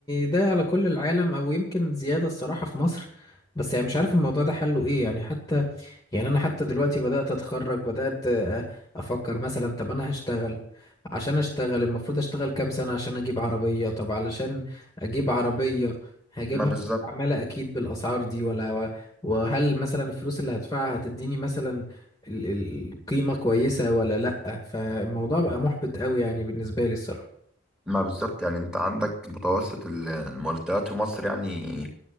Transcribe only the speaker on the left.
ده على كل العالم او يمكن زياده الصراحه في مصر بس يعني مش عارف الموضوع ده حله ايه يعني حتى يعني انا حتى دلوقتي بدات اتخرج بدات آه، افكر مثلا طب انا هشتغل عشان اشتغل المفروض اشتغل كام سنه عشان اجيب عربيه طب علشان اجيب عربيه هجيبها
مستعمله اكيد بالاسعار دي ولا وهل مثلا الفلوس اللي هدفعها هتديني مثلا ال- ال- القيمه كويسه ولا لا فالموضوع بقى محبط قوي يعني بالنسبه لي الصراحه